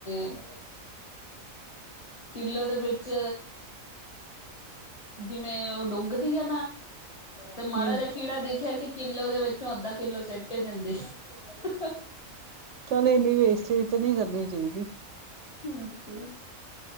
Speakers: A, on the left (about 25°); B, on the right (about 65°).
A: <inaudible> ਕਿੱਲੋ ਦੇ ਵਿੱਚ ਜਿਵੇਂ ਉਹ ਡੂੰਘਦੀ ਆ ਨਾ ਤੇ ਮਾੜਾ
B: ਹੂੰ
A: ਜਿਹਾ ਕੀੜਾ ਦੇਖਿਆ ਕਿ ਕਿੱਲੋ ਦੇ ਵਿੱਚ ਵਿਚੋਂ ਅੱਧਾ ਕਿੱਲੋ ਸਿੱਟ ਹੀ ਦਿੰਦੇ ਐ
B: ਚੱਲ ਇੰਨੀ ਵੇਸਟੇਜ ਤੇ ਨਹੀਂ ਕਰਨੀ ਚਾਹੀਦੀ।
A: ਬਸ